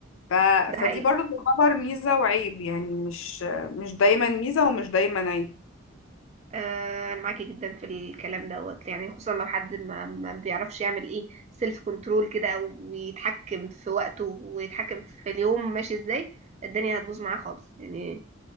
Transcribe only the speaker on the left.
ف...
فدي
برضو تعتبر ميزه وعيب يعني مش مش دايما ميزه ومش دايما عيب